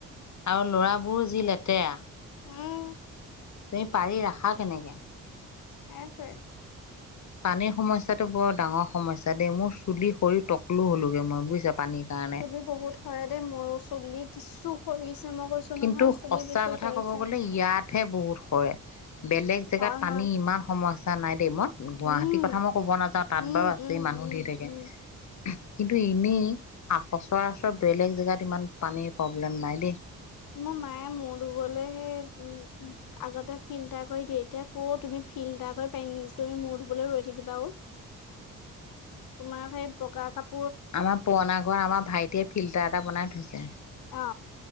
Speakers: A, on the left; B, on the left.
A: আৰু ল'ৰাবোৰো যি লেতেৰা
B: উম
A: তুমি পাৰি ৰাখা কেনেকে?
B: সেইটোয়ে।
A: পানীৰ সমস্যাটো বৰ ডাঙৰ সমস্যা দেই মোৰ চুলি সৰি তকলো হ'লোগে মই বুজিছা। পানীৰ কাৰণে
B: চুলি বহুত সৰে দেই মোৰো চুলি কিছু সৰিছে মই কৈছো
A: কিন্তু
B: নহয় চুলি
A: সচা
B: কিছু
A: কথা
B: সৰিছে
A: ক'ব গলে ইয়াতহে বহুত সৰে। বেলেগ জেগাত
B: হয়
A: পানী
B: হয়
A: ইমান সমস্যা নাই দেই, মই গুৱাহাটীৰ
B: উম
A: কথা মই কব নাযাওঁ তাত
B: উম
A: বাৰু আছেই
B: উম
A: মানুহ
B: উম
A: ধেৰ থাকে।
B: উম
A: কিন্তু এনেই সচৰাচৰ বেলেগ জেগাত ইমান পানী প্ৰব্লেম নাই দেই।
B: মোৰ মায়ে মূৰ ধুবলৈ সেই আগতে ফিল্টাৰ কৰি দিয়ে এতিয়া ক'ত‌ তুমি ফিল্টাৰ কৰি তুমি মূৰ ধুবলৈ ৰৈ থাকিবা আৰু, তোমাৰ আকৌ এ
A: আমাৰ পুৰণা ঘৰত আমাৰ ভাইটিয়ে ফিল্টাৰ এটা বনাই থৈছে।
B: অ